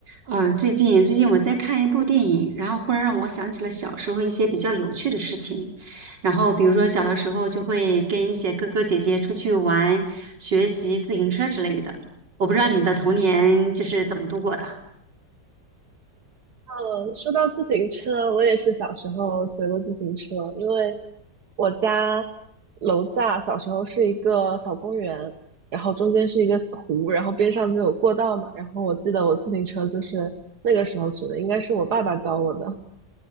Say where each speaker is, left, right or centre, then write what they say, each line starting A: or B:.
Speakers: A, on the right; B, on the right.
A: 嗯，呃最近最近我在看一部电影，然后忽然让我想起了小时候一些比较有趣的事情。然后比如说小的时候就会跟一些哥哥姐姐出去玩、
B: 嗯
A: 学习自行车之类的。我不知道你的童年就是怎么度过的
B: 呃，说到自行车，我也是小时候学过自行车，因为我家楼下小时候是一个小公园，然后中间是一个湖，然后边上就有过道嘛。然后我记得我自行车就是那个时候学的，应该是我爸爸教我的。